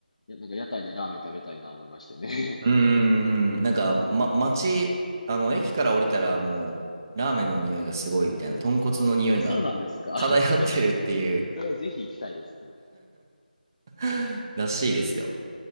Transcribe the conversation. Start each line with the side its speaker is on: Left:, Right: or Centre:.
Left: やなんか屋台でラーメン食べたいな思いましてね。
Right: うーん、なんか、ま、街、あの、駅から降りたらもう、ラーメンの匂いがすごいみたいな、豚骨の匂いが
Left: <laughs> あ、そうなんですか。
Right: 漂ってるっていう
Left: <laughs> それは、それはぜひ行きたいですね。
Right: <laughs> らしいですよ。